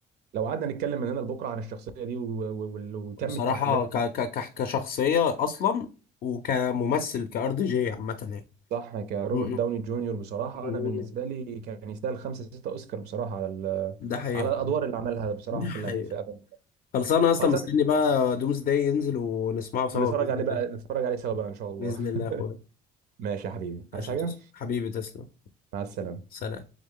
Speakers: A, on the right; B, on the left.
A: لو قعدنا نتكلم من هنا لبكره عن الشخصيه دي و- و- وال- وكم
B: بصراحة
A: التعقيدات
B: ك...
A: اللي
B: ك... ك... كشخصية اصلا وكممثل كار دي جي عامة يعني
A: صح كروبرت
B: مم.
A: داوني جونيور بصراحه
B: مم.
A: انا بالنسبه لي كان يستاهل خمسه سته اوسكار بصراحه على ال-
B: ده حقيقة
A: على الادوار اللي عملها بصراحه
B: ده
A: في
B: حقيقة
A: الأف- في افنجرز
B: خلصانه اصلا
A: خلاص
B: مستني
A: أنا-
B: بقى دومز داي ينزل ونسمعه سوا
A: نتفرج
B: باذن
A: عليه
B: الله
A: بقى نتفرج عليه سوا بقى ان شاء الله
B: باذن الله يا اخويا
A: <laughs> ماشي يا حبيبي
B: عشان
A: عايز حاجه
B: توصل حبيبي تسلم
A: مع السلامه
B: سلام